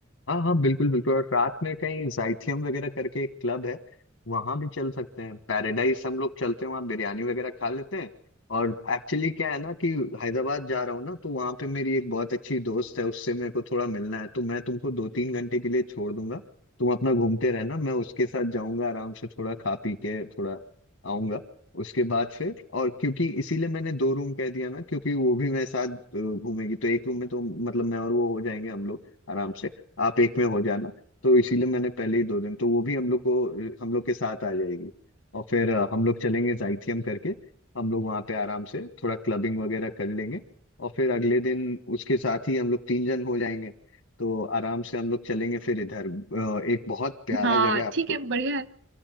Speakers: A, on the left; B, on the right.
A: हाँ हाँ बिल्कुल बिल्कुल और रात में कहीं जाइथियम वगैरह करके एक क्लब है वहां भी चल सकते हैं पैराडाइज हम लोग चलते हैं वहाँ बिरयानी वगैरह खा लेते हैं और एक्चुअली क्या है ना कि हैदराबाद जा रहा हूँ ना तो वहाँ पे मेरी एक बहुत अच्छी दोस्त है उससे मेरे को थोड़ा मिलना है तो मैं तुमको दो तीन घंटे के लिए छोड़ दूंगा तुम अपना घूमते रहना मैं उसके साथ जाऊंगा आराम से थोड़ा खा पी के थोड़ा आऊंगा उसके बाद फिर और क्योंकि इसीलिए मैंने दो रूम कह दिया ना क्योंकि वो भी मेरे साथ अ, घूमेगी तो एक रूम में तो मतलब मैं और वो हो जाएंगे हम लोग आराम से आप एक में हो जाना तो इसीलिए मैंने पहले ही दो दिन तो वो भी हम लोग को हम लोग के साथ आ जाएगी और फिर अ, हम लोग चलेंगे जाइथियम करके हम लोग वहाँ पे आराम से थोड़ा क्लबिंग वगैरह कर लेंगे और फिर अगले दिन उसके साथ ही हम लोग तीन जन हो जाएंगे तो आराम से हम लोग चलेंगे फिर इधर अ, एक बहुत प्यारा
B: हाँ
A: जगह है आपको
B: ठीक है बढ़िया है